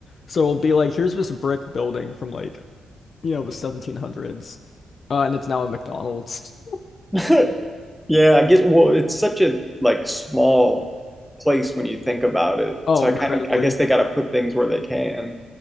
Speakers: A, on the left; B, in the centre.
A: So it'll be like, here's this brick building from like, you know, the 1700s, uh, and it's now a McDonald's.
B: <laughs> Yeah, I guess. Well, it's such a like small place when you think about it.
A: Oh,
B: So I
A: incredibly.
B: kind of, I guess they got to put things where they can.